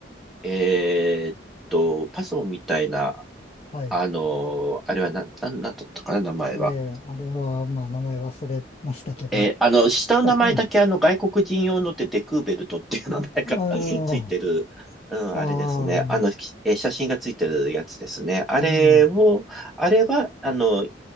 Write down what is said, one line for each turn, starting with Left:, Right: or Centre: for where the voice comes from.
Centre: えーっと、パソンみたいな、
Left: はい。
Centre: あの、あれはな、な、なんだったかな、名前は。
Left: ええ、あれは、まあ、名前忘れましたけど、
Centre: えーあの、下の名前だけあの、
Left: 使って、
Centre: 外国人用のでデクーベルトっていう名前が
Left: あ
Centre: <laughs> ついてる、うん、
Left: あ、
Centre: あれですね。
Left: ああ、
Centre: あの、きえー写真がついてるやつですね。あれを、
Left: うん。
Centre: あれは、あの、